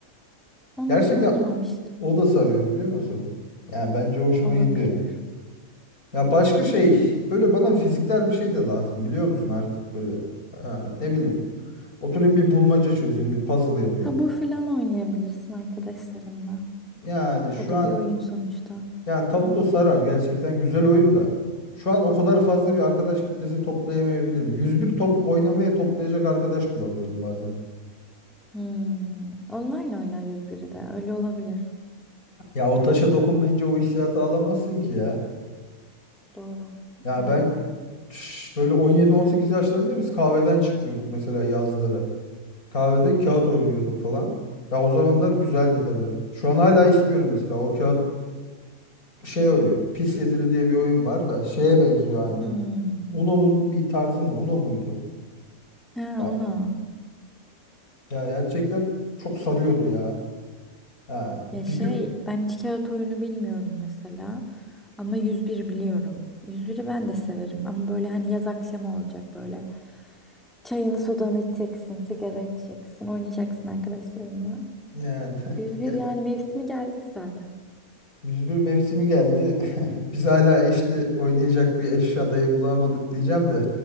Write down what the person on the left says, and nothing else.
<laughs>
Gerçekten
o da sarıyor biliyor musun? Yani bence hoşuma
gidiyor. Ya başka şey
böyle bana fiziksel bir şey de lazım biliyor musun artık böyle Ha, ne bileyim oturayım bir bulmaca çözeyim bir puzzle yapayım.
Yani şu
an
yani Tabuto sarar gerçekten güzel oyun da. Şu an o kadar fazla bir arkadaş kitlesi toplayamayabilirim. yüz bir top oynamaya toplayacak arkadaş bulamıyorum bazen.
Ya o taşa dokunmayınca o hissiyatı alamazsın ki ya.
Ya
ben şş, böyle 17-18 yaşlarında biz kahveden çıkmıyorduk mesela yazları. Kahvede
kağıt oynuyorduk falan. Ya o zamanlar güzeldi tabii. Şu an hala istiyorum mesela o kağıt şey oynuyordu. Pis Yedili diye bir oyun var da şeye benziyor aynı.
Uno'nun bir tarzı mı? Uno muydu?
Ya
ya gerçekten çok sarıyordu ya. Ha, bir
gün
yani
<laughs>
101 mevsimi geldi. <laughs> Biz hala eşli oynayacak bir eş adayı bulamadık diyeceğim de